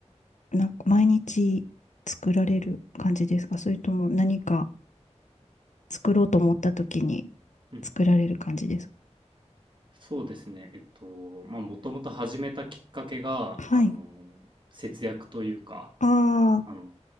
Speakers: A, on the left (about 85°); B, on the right (about 40°).
A: なんか毎日作られる感じですかそれとも何か作ろうと思った時に
B: うん。
A: 作られる感じですか
B: そうですね。えっと、まあ、もともと始めたきっかけが、
A: はい。
B: あの、節約というか、
A: あ
B: あの、